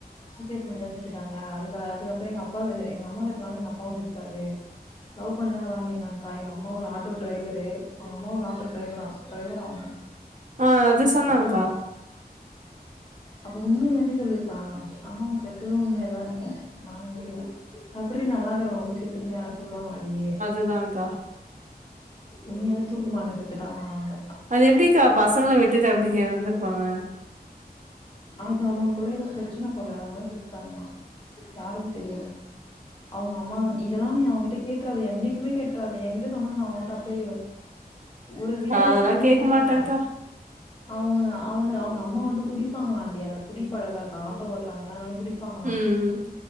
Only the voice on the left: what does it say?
சூசைட் பண்ணிதா செத்துட்டாங்க அதுக்கு அதுக்கப்புற எங்க அப்பா செ எங்க அம்மா செத்தனால எங்க அப்பாவு செத்துடாரு லவ் பண்ணிதா கல்யாணம் பண்ணிக்கிணாங்கக்கா அம்மா ஒரு ஆட்டோ டிரைவரு அவங்க அம்மா ஒரு ஆட்டோ டிரைவரா டிரைவர அவங்க
ஆட்டோ அப்ப உண்மைய தாண்டி சொல்லிருக்கா ஆனா அவங்க செத்தது உண்மையதா இருக்கு நா நெனைக்கிறே எப்பர்டி நல்லார்க்கறவங்கள போய் செத்துட்டுனு யாரா சொல்லுவாங்களாடி
உண்மையாவே தூக்குமாட்டி செத்துட்டாங்களாங்க
அது அவங்களுக்குள்ள ஏதோ பிரச்சன போல அதனால செத்துட்டாங்களா யாருக்கு தெரியம அவுங்க அம்மா இதெல்லா நீ அவங்கிட்ட கேட்டுறத என்னைக்குமே கேட்டுறாத என்கிட்ட சொன்னது நா உங்கிட்ட அப்டியே ஒரு ரியலைஸ்
பண்ணி எங்கிட்ட
சொன்னா அவங்க அவனை அவங்க அம்மா வந்து குடி குடிப்பாங்களாண்டி அந்த குடி பழக்க இருக்க ஆட்டோ ஓட்டுறாங்களா அதனால குடிப்பாங்களா